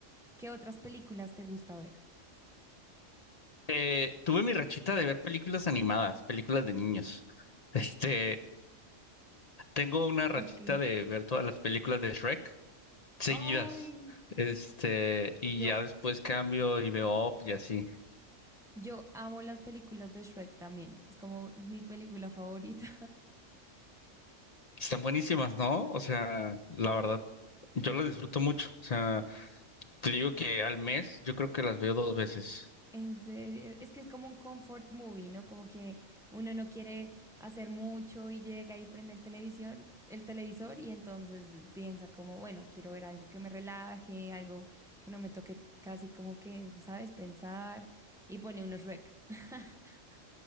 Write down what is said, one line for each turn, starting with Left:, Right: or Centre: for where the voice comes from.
Centre: ¿qué otras películas te gusta ver?
Left: Eh, tuve mi rachita de ver películas animadas, películas de niños. Este, Tengo una rachita
Centre: Ok.
Left: de ver todas las películas de Shrek seguidas.
Centre: Ay,
Left: Este, y
Centre: yo,
Left: ya después cambio y veo Up y así.
Centre: yo amo las películas de Shrek también. Es como mi película favorita.
Left: Están buenísimas, ¿no? O sea, la verdad, yo las disfruto mucho. O sea, te digo que al mes yo creo que las veo dos veces.
Centre: En serio, es que es como un comfort movie, ¿no? Como que uno no quiere hacer mucho y llega y prende el televisión, el televisor y entonces piensa como, bueno, quiero ver algo que me relaje, algo que no me toque casi como que, ¿sabes? Pensar y pone unos Shrek. <laughs>